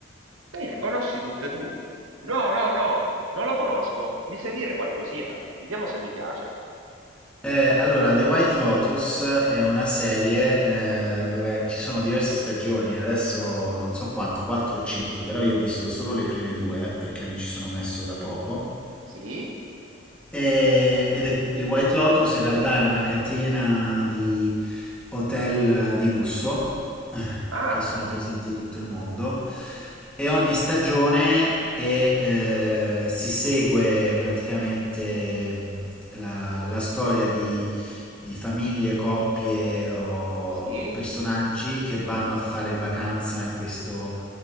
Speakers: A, on the right; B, in the centre.
A: Bene, conosci tutte tu. No, no, no, non la conosco. Mi sai dire qualcosina? Vediamo se mi piace.
B: Eh, allora, The White Lotus è una serie eh, dove ci sono diverse stagioni, adesso non so quanto, 4 o 5, però io ho visto solo le prime due perché mi ci sono messo da poco.
A: Sì?
B: E- ed è- il White Lotus in realtà è una catena di hotel eh, di lusso eh,
A: Ah,
B: che sono presenti in tutto il mondo e ogni stagione è, eh, si segue praticamente mh, la, la storia di, di famiglie, coppie o
A: sì?
B: personaggi che vanno a fare in vacanza in questo